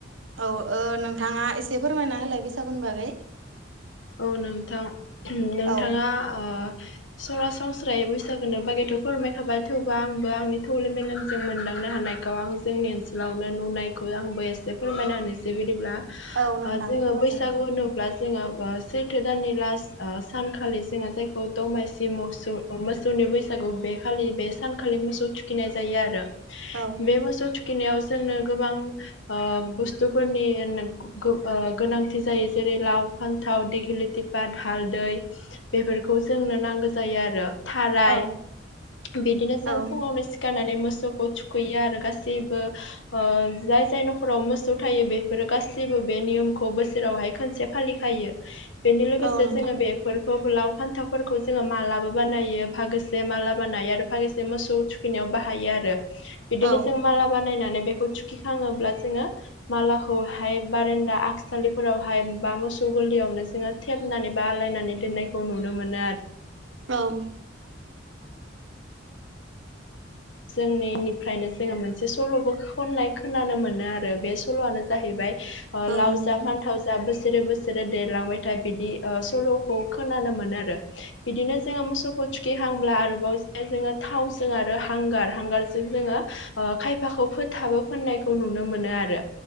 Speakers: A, on the right; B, on the left.
A: औ ओ नोंथाङा एसे फोरमायना होलाय बेैसागुुन बागै
B: औ नोंथां नोंथाङा
A: औ
B: ओ सरासनस्रायै बैसागोनि बागैथ' फोरमायखाबाय थेवबो आंबो आंनि थौले मेलेमजों मोनदांनो हानायखौ आं जोंनि ओनसोलावनो नुनायखौ आंबो एसे फोरमायना होनोसै बिदिब्ला
A: औ नोंथां
B: ओ जोङो
A: फोरमायजागोन
B: बैसागु
A: दे।
B: होनोब्ला जोङो ओ सैथो दाननि लास्ट सानखालि जोङो जायखौ दमासि मोसौ मोस सौनि बैसागु बे खालि बे सानखालि मोसौ थुखैनाय जायो आरो
A: औ
B: बे मोसौ थु खैनायाव जोंनो गोबां ओ बुस्थुफोरनि गो ओ गोनांथि जायो जेरै लाव फान्थाव दि ल्गिलिथि फाट हालदै बेफोरखौ जोंनो नांगौ जायो आरो थाराय
A: औ
B: बिदिनो जों
A: औ
B: फुङावनो सि खारनानै मोसौखौ थुखैयो आरो गासैबो ओ जाय जाय न'खराव मोसौ थायो बेफोरो गासैबो बे नियमखौ बोसोरावहाय खोनसे फालिखायो बेनि लोगोसे
A: औ नोंथां
B: जोङो बेफोरखौ लाव फान्थावफोरखौ जोङो मालाबो बानायो फागोसे माला बानायो आरो फागोसे मोसौ थुखैनायाव बाहायो आरो बिदिनो
A: औ
B: जों माला बानायनानै बेखौ थुखिखाङोब्ला जोङो मालाखौहाय बारान्दा आखसालिफोरावहाय बा मोसौ गोलियावनो जोङो थेबनानै बा आलायनानै दोननायखौ नुनो मोनो आरो
A: औ
B: जोंनि निफ्रायनो जोङो मोनसे सल'बो खननाय खोनानो मोनो आरो बे सल'आनो जाहैबाय अ
A: औ
B: लावज
A: नोंथां
B: फानथाव जा बोसोरे बोसोरे देरलांबायथाय बिदि सल'खौ खोनानो मोनो आरो बिदिनो जोङो मोसौखौ थुखिहांब्ला आरोबाव ज जोङो थावजों आरो हांगार हांगारजों जोङो ओ खायफाखौ फोथाबो फोननायखौ नुनो मोनो आरो